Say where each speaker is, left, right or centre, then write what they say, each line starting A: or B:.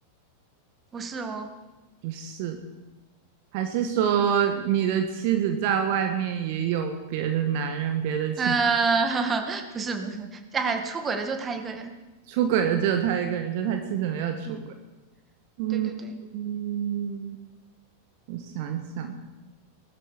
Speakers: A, on the right; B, on the right.
A: 不是哦，
B: 不是，还是说你的妻子在外面也有别的男人、别的情？
A: 嗯，<laughs> 不是不是，这还出轨的就他一个人，
B: 出轨的只有他一个人，就他妻子没有出轨。
A: 嗯，
B: 嗯嗯，
A: 对对对
B: 我想想。